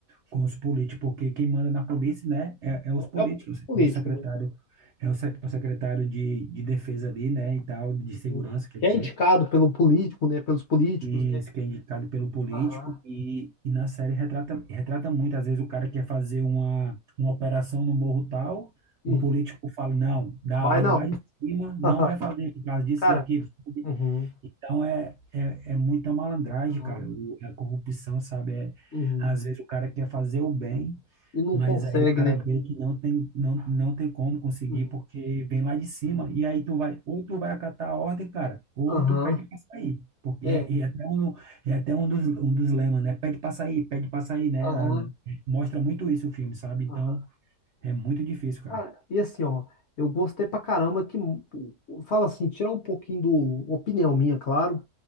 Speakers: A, on the right (about 65°); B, on the left (about 55°).
A: com os políticos, porque quem manda na polícia, né, é, é os
B: a-
A: políticos,
B: é o
A: é
B: político,
A: o secretário,
B: né?
A: é o, sec- é o secretário de, de defesa ali, né, e tal, de
B: Uhum.
A: segurança, quer
B: Que
A: dizer,
B: é indicado pelo político, né? Pelos políticos,
A: e
B: né?
A: isso que é indicado pelo político,
B: Aham.
A: e, e na série retrata, retrata muito, às vezes o cara quer fazer uma, uma operação no morro tal,
B: Uhum.
A: o político fala, não, dá
B: Vai
A: a ordem
B: não.
A: lá de cima, não
B: <laughs>
A: vai fazer por causa disso
B: Cara,
A: e aquilo,
B: Uhum.
A: então é, é, é muita malandragem,
B: Aham,
A: cara. O- a corrupção, sabe? É,
B: uhum.
A: às vezes o cara quer fazer o bem,
B: E não
A: mas
B: consegue,
A: aí o cara
B: né?
A: vê que não tem, não, não tem como conseguir
B: Uhum.
A: porque vem lá de cima. E aí tu vai, ou tu vai acatar a ordem, cara, ou
B: Aham,
A: tu pede pra sair. Porque
B: é,
A: é, é até um, é até um dos, um dos lemas, né? Pede pra sair, pede pra sair, né?
B: aham,
A: Lá no- Mostra muito isso o filme, sabe? Então
B: aham.
A: é muito difícil, cara.
B: Cara, e assim, ó, eu gostei pra caramba que, fala assim, tirar um pouquinho do, opinião minha, claro,